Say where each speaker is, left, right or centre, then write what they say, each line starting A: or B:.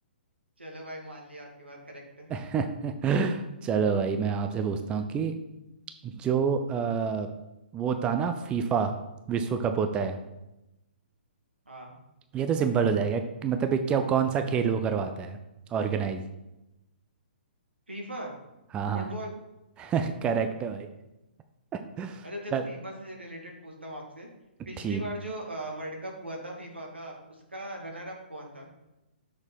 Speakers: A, on the right (about 85°); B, on the right (about 15°).
A: चलो भाई मान लिया आपकी बात करेक्ट है
B: <laughs> चलो भाई मैं आपसे पूछता हूँ कि जो अ, वो था ना फीफा विश्व कप होता है
A: हाँ
B: ये तो सिंपल हो जाएगा कि मतलब ये क्या कौन सा खेल वो करवाता है ऑर्गेनाइज
A: फीफा
B: हाँ हाँ
A: फुटबॉल,
B: <laughs> करेक्ट है भाई <laughs>
A: अच्छा चलो
B: सर,
A: फीफा से रिलेटेड पूछता हूँ आपसे पिछली
B: ठीक
A: बार
B: है।
A: जो वर्ल्ड कप हुआ था फीफा का उसका रनर अप कौन था